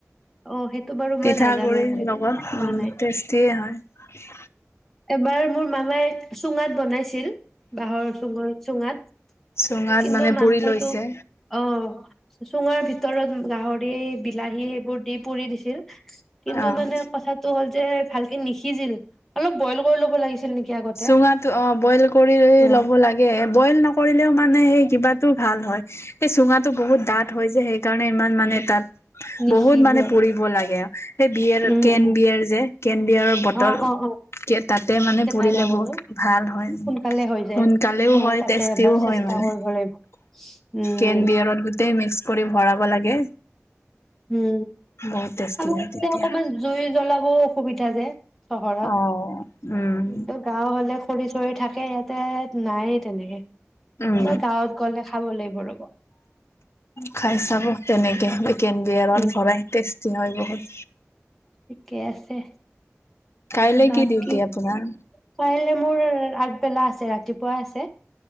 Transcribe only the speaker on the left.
পিঠাগুড়িৰ
লগত
উম
টেষ্টিয়ে হয়।
চুঙাত
মানে
পুৰি লৈছে
অ
চুঙাট অ' বইল কৰি
ল'ব লাগে, বইল নকৰিলেওঁ মানে সে কিবাতো ভাল হয়, এই চুঙাটো বহুত ডাঠ হয় যে সেই কাৰণে ইমান মানে তাত
বহুত মানে পুৰিব লাগে। সেই বিয়েৰ
কেন
বিয়েৰ যে কেন বিয়েৰৰ বটল
কে তাতে মানে কৰিলে
বহুত
ভাল হয়,
সোনকালেও
হয়
টেষ্টিও
হয় মানে
কেন
বিয়েৰত গোটেই মিক্স কৰি ভৰাব লাগে।
বহুত টেষ্টি
হয়
তেতিয়া।
অ উম
উম,
খাই চাব তেনেকে। কেনবিয়েৰত
ভৰাই টেষ্টি হয়। বহুত।
কাইলৈ
কি ডিউটি আপোনাৰ?